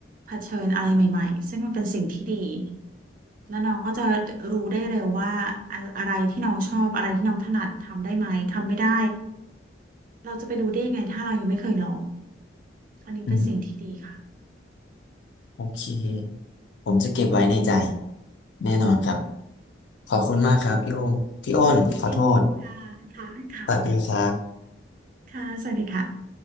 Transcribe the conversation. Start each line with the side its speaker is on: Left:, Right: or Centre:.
Right: เผชิญอะไรใหม่ๆซึ่งมันเป็นสิ่งที่ดีแล้วน้องก็จะรู้ได้เร็วว่าอะอะไรที่น้องชอบอะไรที่น้องถนัดทำได้ไหมทำไม่ได้เราจะไปรู้ได้ยังไงถ้าเรายังไม่เคยลองอันนี้เป็นสิ่งที่ดีค่ะ
Left: อืม โอเค ผมจะเก็บไว้ในใจแน่นอนครับ ขอบคุณมากครับพี่โอ้พี่อ้นขอโทษ
Right: ยินดีค่ะค่ะค่ะ
Left: สวัสดีครับ
Right: ค่ะสวัสดีค่ะ